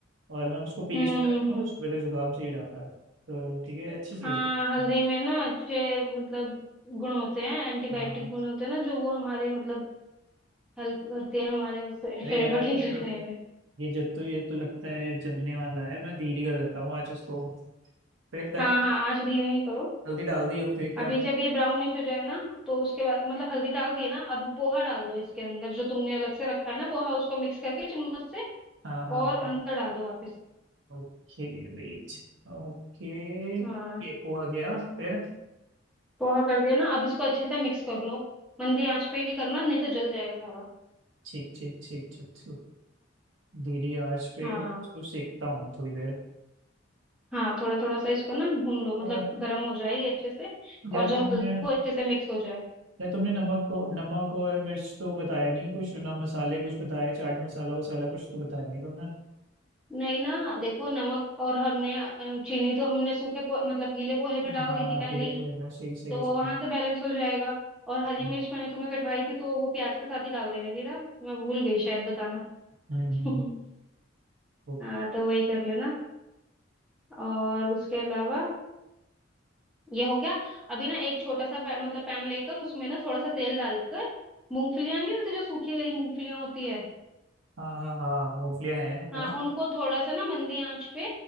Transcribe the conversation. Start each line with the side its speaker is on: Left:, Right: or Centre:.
Right: और मैं उसको पी
Centre: हम्म
Right: के सो जाता
Centre: हम्म हम्म
Right: हूँ तो सुबह तक जुकाम सही हो जाता है तो ठीक है अच्छी चीज़
Centre: हाँ हल्दी
Right: है
Centre: में ना अच्छे मतलब गुण होते हैं एंटीबायोटिक
Right: हाँ
Centre: गुण होते हैं ना जो वो हमारे मतलब हेल्प करती है हमारे श-
Right: अरे
Centre: शरीर
Right: यार
Centre: को ठीक
Right: ये
Centre: रखने
Right: तो
Centre: में
Right: ये जब तो ये तो लगता है जलने वाला है मैं धीरे कर देता हूँ आज इसको फिर कर
Centre: हाँ हाँ आँच धीमी ही करो
Right: हल्दी डाल दी और फिर क्या
Centre: अभी जब ये ब्राउनिश हो जाए ना तो उसके बाद मतलब हल्दी डाल दिए ना अब पोहा डाल दो इसके अंदर जो तुमने अलग से रखा है ना पोहा उसको मिक्स करके चम्मच से
Right: हाँ हाँ
Centre: और
Right: हाँ
Centre: अंदर डाल दो वापस
Right: Okay wait ओके
Centre: हाँ
Right: ये हो आ गया फिर
Centre: पोहा कर दिया ना अब इसको अच्छे से मिक्स कर लो मंदी आंच पे ही करना नहीं तो जल जाएगा सारा
Right: ठीक ठीक ठीक ठीक ठीक धीरे आंच पे
Centre: हाँ
Right: इसको सेकता हूँ थोड़ी देर
Centre: हाँ थोड़ा थोड़ा सा इसको ना भून लो मतलब
Right: और
Centre: गर्म हो जाए ये अच्छे से
Right: या
Centre: और जो
Right: तुमने
Centre: हल्दी वो अच्छे से मिक्स हो जाए
Right: या तुमने नमक को नमक और मिर्च तो बताया नहीं कुछ ना मसाले कुछ बताया चाट मसाला वसाला कुछ तो बताया नहीं तुमने
Centre: नहीं ना देखो नमक और हमने अ, चीनी तो हमने सूखे पो, मतलब गीले पोहे में
Right: हाँ
Centre: डाल दी थी पहले
Right: अकेले
Centre: ही
Right: तो है ना सही सही
Centre: तो वो
Right: सही
Centre: वहां से बैलेंस हो जाएगा और
Right: हम्म
Centre: हरी मिर्च मैंने तुम्हें कटवाई थी तो वो प्याज के साथ ही डाल देनी थी ना मैं भूल गई शायद बताना
Right: हम्म,
Centre: <laughs>
Right: हम्म, ओके
Centre: हाँ तो वही कर लेना और उसके अलावा ये हो गया अभी ना एक छोटा सा पै- मतलब पैन लेकर उसमें ना थोड़ा सा तेल डालकर मूंगफलियां नहीं होती जो सूखी वाली मूंगफलियां होती है
Right: हाँ हाँ हाँ मूंगफलियाँ हैं मेरे पास
Centre: हाँ उनको थोड़ा सा ना मंदी आंच पे